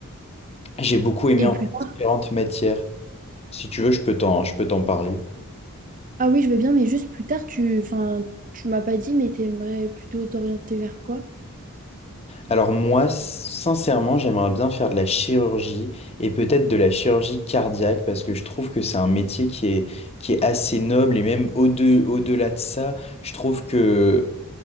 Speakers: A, on the left; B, on the right.
A: j'ai beaucoup aimé
B: Et
A: en
B: plus
A: fait,
B: tard,
A: différentes matières. Si tu veux, je peux t'en, je peux t'en parler.
B: ah oui, je veux bien, mais juste plus tard, tu, enfin, tu m'as pas dit, mais t'aimerais plutôt t'orienter vers quoi?
A: Alors moi, sincèrement, j'aimerais bien faire de la chirurgie et peut-être de la chirurgie cardiaque parce que je trouve que c'est un métier qui est, qui est assez noble et même au-de- au-delà de ça, je trouve que